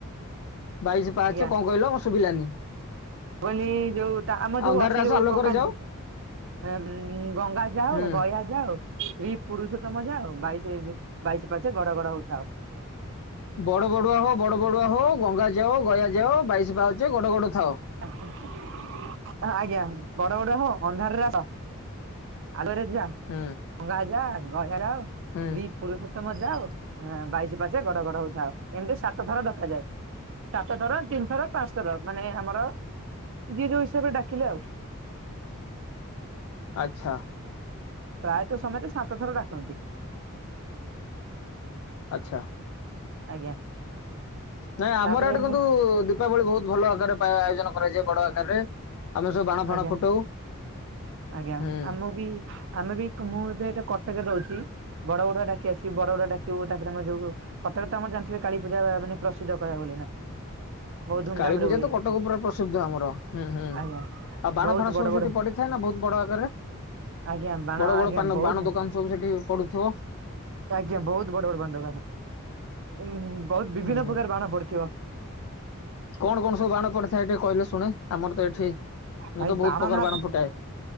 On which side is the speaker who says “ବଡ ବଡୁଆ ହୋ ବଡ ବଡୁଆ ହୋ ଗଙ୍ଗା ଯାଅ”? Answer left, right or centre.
Left